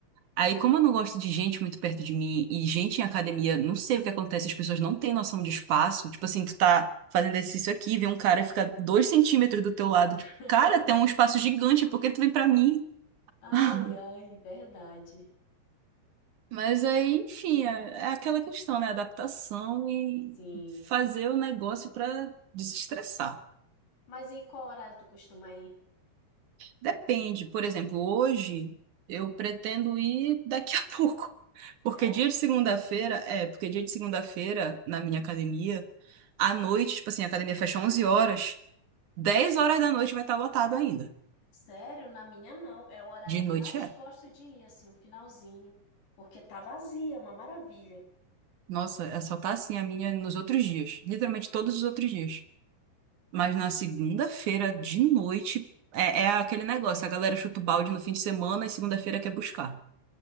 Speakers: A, on the right; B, on the left.
A: Aí, como eu não gosto de gente muito perto de mim e gente em academia, não sei o que acontece, as pessoas não têm noção de espaço. Tipo assim, tu tá fazendo exercício aqui, vem um cara fica dois centímetros do teu lado.
B: <laughs>
A: Tipo, cara, tem um espaço gigante, por que tu vem pra mim?
B: Ai,
A: <laughs>
B: ai, verdade.
A: Mas aí, enfim, é, é aquela questão, né? Adaptação e
B: Sim.
A: fazer o negócio pra desestressar.
B: Mas em qual horário tu costuma ir?
A: Depende. Por exemplo, hoje eu pretendo ir daqui a <laughs> pouco. Porque
B: É?
A: dia de segunda-feira, é, porque dia de segunda-feira na minha academia, à noite, tipo assim, a academia fecha onze horas, 10 horas da noite vai estar lotado ainda.
B: Sério? Na minha não. É o horário
A: De
B: que
A: noite
B: eu mais
A: é.
B: gosto de ir, assim, o finalzinho. Porque tá vazia, é uma maravilha.
A: Nossa, é só tá assim a minha nos outros dias, literalmente todos os outros dias. Mas na segunda-feira de noite é, é aquele negócio, a galera chuta o balde no fim de semana e segunda-feira quer buscar.